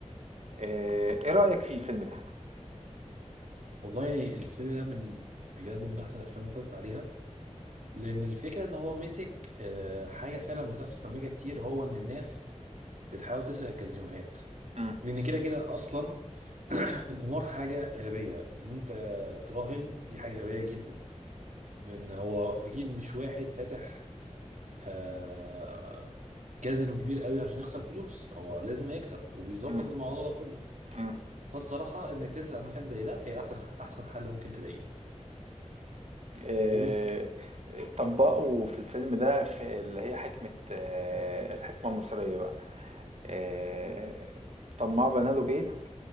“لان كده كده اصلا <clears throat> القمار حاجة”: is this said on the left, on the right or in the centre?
Right